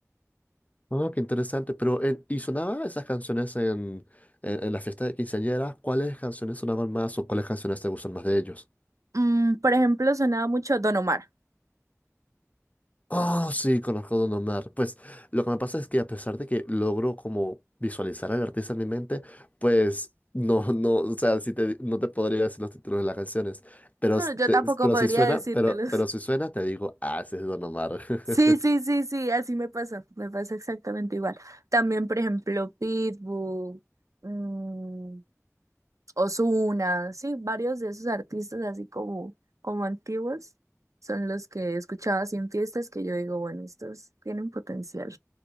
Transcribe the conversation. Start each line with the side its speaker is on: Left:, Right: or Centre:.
Left: Ah, qué interesante. Pero, eh, ¿y sonaban esas canciones en, en, en la fiesta de quinceañera? ¿Cuáles canciones sonaban más o cuáles canciones te gustan más de ellos?
Right: Mm, por ejemplo, sonaba mucho Don Omar.
Left: Oh, sí, conozco a Don Omar. Pues lo que me pasa es que a pesar de que logro como visualizar al artista en mi mente, pues no, no, o sea, si te, no te podría decir los títulos de las canciones, pero,
Right: No,
Left: s-
Right: yo
Left: te-
Right: tampoco
Left: pero
Right: podría
Left: si suena,
Right: decírtelo.
Left: pero, pero si suena, te digo, ah, ese es Don Omar. <laughs>
Right: Sí, sí, sí, sí, así me pasa, me pasa exactamente igual. También, por ejemplo, Pitbull, mm, Ozuna, sí, varios de esos artistas así como, como antiguos son los que escuchaba así en fiestas que yo digo, bueno, estos tienen potencial.